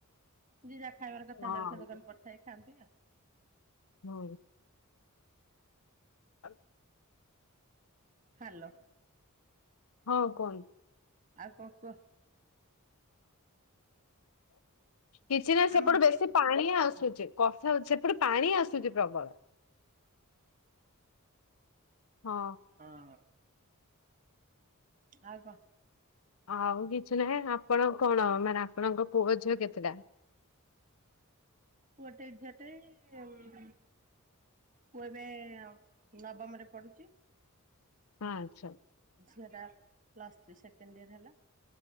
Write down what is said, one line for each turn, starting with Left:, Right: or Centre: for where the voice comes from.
Right: ଯି ଯାହା ଖାଇବାର କଥା
Left: ହଁ
Right: ଜଳଖିଆ ଦୋକାନ ପଡିଥାଏ ଖାଆନ୍ତି ଆ
Left: ହଁ <unintelligible>
Right: ହାଲୋ।
Left: ହୋଉ କୁହନ୍
Right: ଆଉ କ କୁଅ?
Left: କିଛି ନାଇ
Right: ଆମ
Left: ସେପଟୁ ବେଶୀ ପାଣି ଆ ସୁଚି କଥା ସେପଟେ ପାଣି ଆସୁଚି ପ୍ରବଳ। ହଁ
Right: ଅହ। ଆଉ କ
Left: ଆଉ କିଛି ନାହିଁ ଆପଣ କଣ ମାନେ ଆପଣଙ୍କ ପୁଅ ଝିଅ କେତେଟା?
Right: ପୁଅଟେ ଝିଅଟେ ଏମ୍ ପୁଅ ଏବେ ନବମରେ ପଢୁଚି।
Left: ଆଛା।
Right: ଝିଅଟା ପ୍ଲସଥ୍ରୀ ସେକେଣ୍ଡ ୟର ହେଲା।